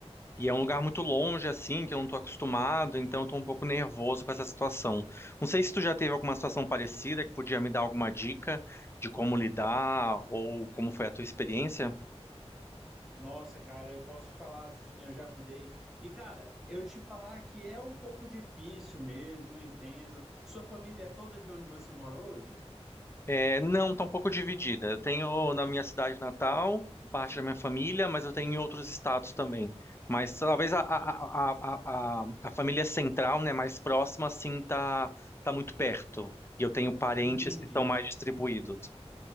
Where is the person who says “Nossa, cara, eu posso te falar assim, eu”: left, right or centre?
Centre